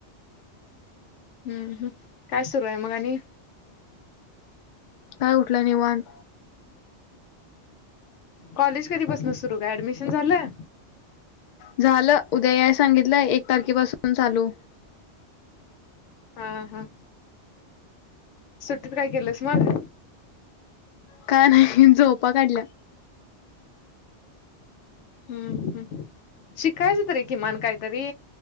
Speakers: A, on the left (about 85°); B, on the left (about 55°).
A: हू हू काय सुरू आहे मग आणि?
B: काय उठलं नि वान
A: कॉलेज कधीपासन सुरू? काय ऍडमिशन झालं.
B: झालं. उद्या याय सांगितलंय, एक तारखेपासून चालू.
A: हा हा सुट्टीत काय केलंस मग?
B: काय नाही झोपा काढल्या.
A: हूम हम् शिकायचं तरीे किमान काहीतरी.